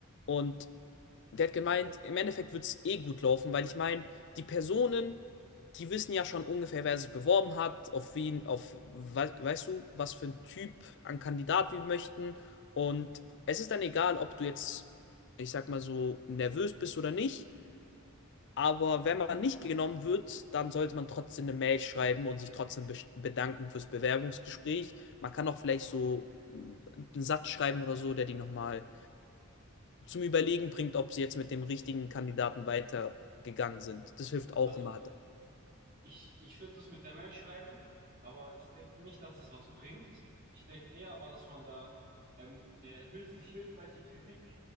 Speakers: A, on the left; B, on the right.
A: Und der hat gemeint, im Endeffekt wird es eh gut laufen, weil ich meine, die Personen, die wissen ja schon ungefähr, wer sich beworben hat, auf wen, auf, wei- weißt du, was für ein Typ an Kandidat wir möchten. Und es ist dann egal, ob du jetzt, ich sag mal so, nervös bist oder nicht. Aber wenn man nicht genommen wird, dann sollte man trotzdem eine Mail schreiben und sich trotzdem be- bedanken fürs Bewerbungsgespräch. Man kann auch vielleicht so mm, einen Satz schreiben oder so, der die nochmal zum Überlegen bringt, ob sie jetzt mit dem richtigen Kandidaten weitergegangen sind. Das hilft auch
B: Also
A: immer.
B: Ich, ich finde das mit der Mail schreiben, aber ich denke nicht, dass es was bringt. Ich denke eher aber, dass man da ähm, äh, hilf sich hilfreiche Kritik